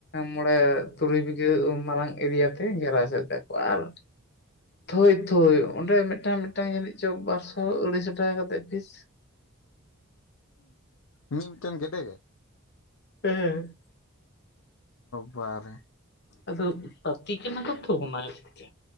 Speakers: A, on the left (about 55°); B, on the left (about 70°).
A: ᱢᱚᱬᱮ ᱛᱩᱨᱩᱭ ᱵᱤᱜᱷᱟᱹ ᱢᱟᱨᱟᱝ ᱮᱨᱤᱭᱟ ᱛᱮ ᱜᱷᱮᱨᱟ ᱥᱮᱫ ᱟᱠᱟᱫ ᱠᱚᱣᱟ ᱟᱨ ᱛᱷᱳᱭ ᱛᱷᱳᱭ ᱚᱸᱰᱮ ᱢᱤᱫᱴᱟᱝ ᱢᱤᱫᱴᱟᱝ ᱡᱟᱹᱱᱤᱡ ᱪᱚ ᱵᱟᱨᱥᱚ ᱟᱹᱲᱟᱹᱭᱥᱚ ᱴᱟᱠᱟ ᱠᱟᱛᱮᱫ ᱯᱷᱤᱥ
B: ᱦᱩᱸ ᱢᱤ ᱢᱤᱫᱴᱟᱝ ᱜᱮᱰᱮ ᱜᱮ
A: ᱦᱮᱸ
B: ᱵᱟᱵᱟᱨᱮ
A: ᱟᱫᱚ ᱯᱟᱛᱤ ᱠᱟᱱᱟ ᱠᱚᱛᱚ ᱚᱱᱟ ᱛᱮ